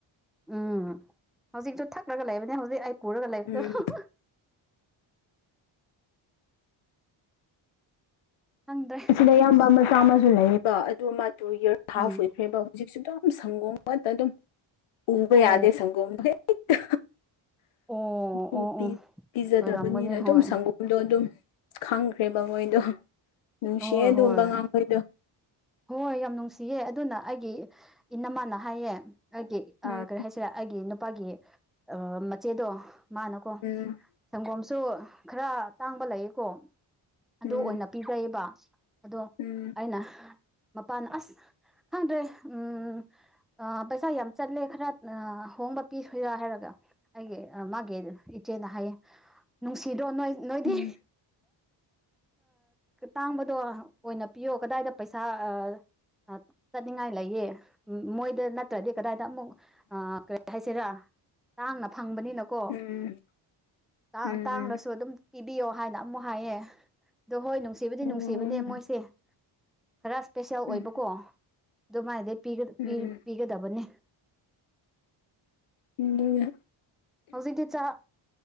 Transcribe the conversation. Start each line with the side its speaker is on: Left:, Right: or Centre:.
Centre: ꯎꯝ ꯍꯧꯖꯤꯛꯁꯨ ꯊꯛꯂꯒ ꯂꯩꯕꯅꯦ ꯍꯧꯖꯤꯛ ꯑꯩ ꯄꯨꯔꯒ ꯂꯩꯕꯗꯣ
Left: ꯎꯝ
Centre: ꯫ ꯈꯪꯗ꯭ꯔꯦ
Left: <unintelligible> ꯑꯌꯥꯝꯕ ꯃꯆꯥꯥ ꯑꯃꯁꯨ ꯂꯩꯌꯦꯕ ꯑꯗꯨ ꯃꯥ ꯇꯨ ꯏꯌꯔꯁ ꯍꯥꯐ
Centre: ꯎꯝ
Left: ꯑꯣꯏꯈ꯭ꯔꯦꯕ ꯍꯧꯖꯤꯛꯁꯨ ꯑꯗꯨꯝ ꯁꯪꯒꯣꯝ ꯉꯠꯇ ꯑꯗꯨꯝ ꯎꯕ ꯌꯥꯗꯦ
Centre: ꯑꯣ
Left: ꯁꯪꯒꯣꯝꯗꯣ ꯍꯦꯛꯇ
Centre: ꯑꯣ ꯑꯣ
Left: ꯄꯨꯄꯤ
Centre: ꯑꯣ
Left: ꯄꯤꯖꯗꯕꯅꯤꯅ
Centre: ꯑꯣꯏꯔꯝꯒꯅꯤ
Left: ꯑꯗꯨꯝ
Centre: ꯍꯣꯏ
Left: ꯁꯪꯒ ꯗꯣ ꯑꯗꯨꯝ ꯈꯪꯈ꯭ꯔꯦꯕ ꯃꯣꯏꯗꯣ ꯅꯨꯡꯁꯤꯌꯦ
Centre: ꯍꯣꯏ
Left: ꯑꯗꯨꯨꯝꯕ
Centre: ꯍꯣꯏ
Left: ꯑꯉꯥꯡꯈꯣꯏꯗꯣ꯫
Centre: ꯍꯣꯏ ꯌꯥꯝ ꯅꯨꯡꯁꯤꯌꯦ ꯑꯗꯨꯅ ꯑꯩꯒꯤ ꯏꯅꯝꯃꯥꯅ ꯍꯥꯏꯌꯦ꯫ ꯑꯩꯒꯤ
Left: ꯎꯝ
Centre: ꯑ ꯀꯔꯤ ꯍꯥꯏꯁꯦꯔꯥ ꯑꯩꯒꯤ ꯅꯨꯄꯥꯒꯤ ꯑ ꯃꯆꯦꯗꯣ ꯃꯥꯅꯀꯣ꯫
Left: ꯎꯝ
Centre: ꯁꯪꯒꯣꯝꯁꯨ ꯈꯔ ꯇꯥꯡꯕ ꯂꯩꯌꯦꯀꯣ ꯑꯗꯨ
Left: ꯎꯝ
Centre: ꯑꯣꯏꯅ ꯫ ꯄꯤꯖꯩꯕꯥ ꯑꯗꯣ ꯫
Left: ꯎꯝ
Centre: ꯑꯩꯅ ꯃꯄꯥꯅ ꯑꯁ ꯈꯪꯗ꯭ꯔꯦ ꯎꯝ ꯑ ꯄꯩꯁꯥ ꯌꯥꯝ ꯆꯠꯂꯦ ꯈꯔ ꯑꯥ ꯍꯣꯡꯕ ꯄꯤ ꯁꯣꯏꯔꯥ ꯍꯥꯏꯔꯒ ꯑꯩꯒꯤ ꯑ ꯃꯥꯒꯤ ꯏꯆꯦꯅ ꯍꯥꯏꯌꯦ ꯅꯨꯡꯁꯤꯗꯣ ꯅꯣꯏ ꯅꯣꯏꯗꯤ
Left: ꯎꯝ
Centre: ꯇꯥꯡꯕꯗꯣ ꯑꯣꯏꯅ ꯄꯤꯌꯣ ꯀꯗꯥꯏꯗ ꯄꯩꯁ ꯁꯥ ꯑ ꯆꯠꯅꯤꯡꯉꯥꯏ ꯂꯩꯌꯦ ꯃꯣꯏꯗ ꯅꯠ ꯇ꯭ꯔꯗꯤ ꯀꯗꯥꯏꯗ ꯑꯃꯨꯛ ꯑꯥ ꯀꯔꯤ ꯍꯥꯏꯁꯦꯔꯥ ꯇꯥꯡꯅ ꯐꯪꯕꯅꯤꯅ ꯀꯣ
Left: ꯎꯝ
Centre: ꯇꯥ
Left: ꯎꯝ
Centre: ꯇꯥꯡꯔꯁꯨ ꯑꯗꯨꯝ ꯄꯤꯕꯤꯌꯣ ꯍꯥꯏꯅ ꯑꯃꯨꯛ ꯍꯥꯏꯌꯦ ꯑꯗꯣ ꯍꯣꯏ ꯅꯨꯡꯁꯤꯕꯗꯤ
Left: ꯎꯝ
Centre: ꯅꯨꯡꯁꯤꯕꯅꯦ ꯃꯣꯏꯁꯦ ꯈꯔ ꯏꯁꯄꯦꯁꯦꯜ
Left: ꯎꯝ
Centre: ꯑꯣꯏꯕꯀꯣ ꯑꯗꯨꯃꯥꯏꯅꯗꯩ ꯄꯤꯒ
Left: ꯎꯝ
Centre: ꯄꯤ ꯄꯤꯒꯗꯕꯅꯦ
Left: ꯎꯝꯗꯨꯅ
Centre: ꯍꯧꯖꯤꯛꯗꯤ ꯆꯥꯛ